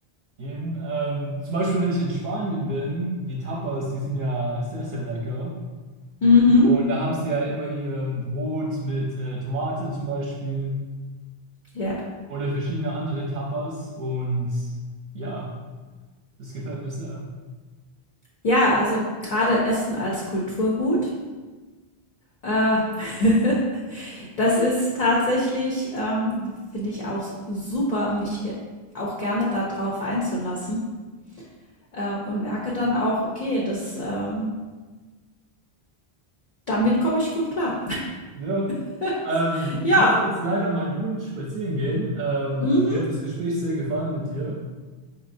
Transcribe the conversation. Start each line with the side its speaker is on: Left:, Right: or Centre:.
Right: geben. Ähm, zum Beispiel, wenn ich in Spanien bin, die Tapas, die sind ja sehr, sehr lecker.
Left: Mhm.
Right: Und da haben sie ja immer ihr Brot mit äh, Tomate zum Beispiel
Left: Ja.
Right: oder verschiedene andere Tapas. Und ja, das gefällt mir sehr.
Left: Ja, also gerade Essen als Kulturgut. Äh, <laughs> das ist tatsächlich, ähm, finde ich auch super, mich auch gerne darauf einzulassen äh, und merke dann auch, okay, das ähm, Damit komme ich gut klar.
Right: Ja.
Left: <laughs>
Right: Ähm,
Left: Ja.
Right: ich muss jetzt leider meinen Hund spazieren gehen. Ähm,
Left: Mhm.
Right: mir hat das Gespräch sehr gefallen mit dir.